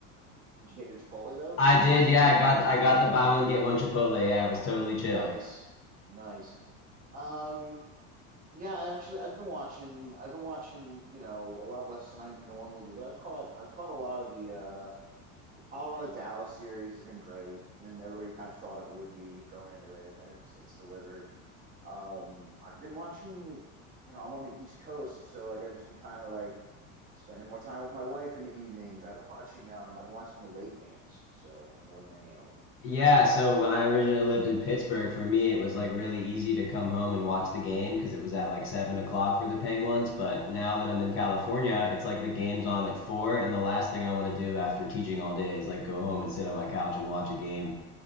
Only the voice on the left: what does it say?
I
did,
yeah,
I got
the, I got
the buy one get one Chipotle. Yeah, it was totally chill.
Yeah, so when I originally lived in Pittsburgh, for me it was like really easy to come home and watch the game because it was at like seven o'clock for the Penguins. But now that I'm in California, it's like the game's on at four, and the last thing I want to do after teaching all day is like go home and sit on my couch and watch a game.